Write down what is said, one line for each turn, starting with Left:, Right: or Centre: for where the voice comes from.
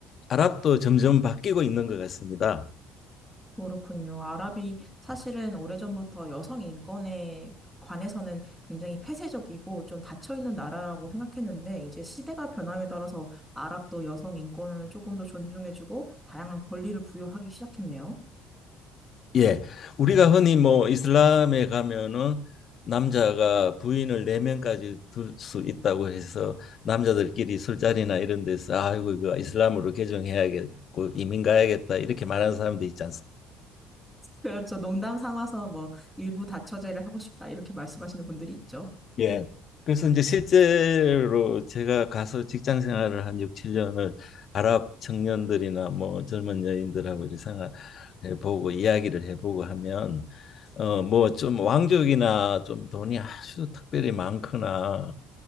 Left: 아랍도 점점 바뀌고 있는 것 같습니다.
Centre: 그렇군요. 아랍이 사실은 오래전부터 여성 인권에 관해서는 굉장히 폐쇄적이고 좀 닫혀있는 나라라고 생각했는데 이제 시대가 변함에 따라서 아랍도 여성 인권을 조금 더 존중해주고 다양한 권리를 부여하기 시작했네요.
Left: 예, 우리가 흔히 뭐 이슬람에 가면은 남자가 부인을 네 명까지 둘 수 있다고 해서 남자들끼리 술자리나 이런 데서 아이고 이거 이슬람으로 개종해야겠고 이민 가야겠다 이렇게 말하는 사람도 있지
Centre: 그렇죠. 농담 삼아서 뭐 일부 다처제를 하고 싶다 이렇게 말씀하시는 분들이 있죠.
Left: 예. 그래서 이제 실제로 제가 가서 직장 생활을 한 6, 7년을 아랍 청년들이나 뭐 젊은 여인들하고 이렇게 생활해 보고 이야기를 해보고 하면 어 뭐 좀 왕족이나 좀 돈이 아주 특별히 많거나